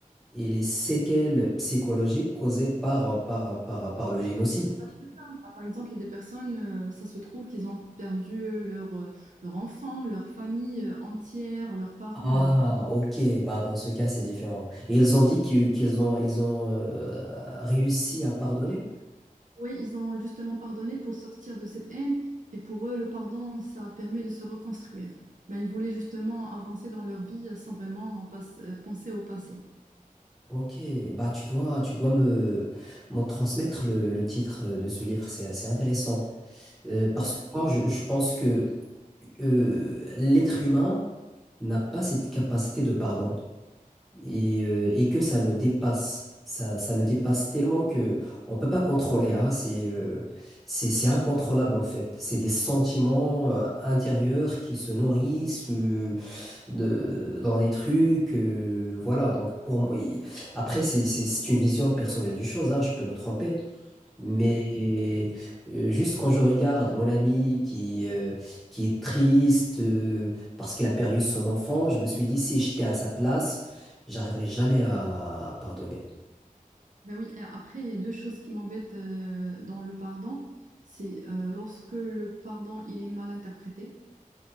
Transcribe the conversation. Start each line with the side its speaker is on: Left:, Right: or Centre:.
Centre: et les séquelles psychologiques causées par par par par le génocide.
Right: C'est Pas tout le temps. Par par exemple, des personnes, euh, ça se trouve qu'ils ont perdu leur, euh, leur enfant, leur famille euh, entière, leurs parents.
Centre: Ah,
Right: Donc,
Centre: ok. Bah, dans ce cas, c'est différent. Et ils ont dit que- qu'ils ont, ils ont euh, réussi à pardonner?
Right: Oui, ils ont justement pardonné pour sortir de cette haine et pour eux, le pardon, ça permet de se reconstruire. Ben, ils voulaient justement avancer dans leur vie euh, sans vraiment en euh, penser au passé.
Centre: Ok, bah tu dois, tu dois me, me transmettre le, le titre euh, de ce livre, c'est assez intéressant. Euh, parce
Right: Oui.
Centre: que moi, je, je pense que euh, l'être humain n'a pas cette capacité de pardon et, euh, et que ça ne dépasse, ça, ça ne dépasse tellement que on peut pas contrôler. hein, c'est, euh, c'est, c'est incontrôlable en fait. C'est des sentiments euh, intérieurs qui se nourrissent. euh, de, dans des trucs. euh, voilà, donc pour moi, il- après, c'est c'est- c'est une vision personnelle du chose, hein, je peux me tromper. Mais
Right: Ouais.
Centre: euh, juste quand je regarde mon ami qui, euh, qui est triste euh, parce qu'il a perdu son enfant, je me suis dit, si j'étais à sa place, j'arriverais jamais à pardonner.
Right: Ben oui, et après, il y a deux choses qui m'embêtent euh, dans le pardon. C'est euh, lorsque le pardon, il est mal interprété.